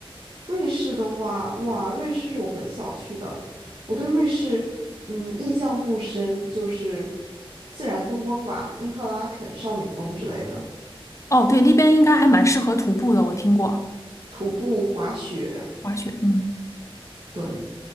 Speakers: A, on the right (about 55°); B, on the left (about 30°).
A: 瑞士的话，哇，瑞士是我很小去的，我对瑞士，嗯，印象不深，就是自然风光吧，因特拉肯少女峰之类的，
B: 哦，对，那边应该还蛮适合徒步的，我听过
A: 徒步滑雪，
B: 滑雪。嗯
A: 对，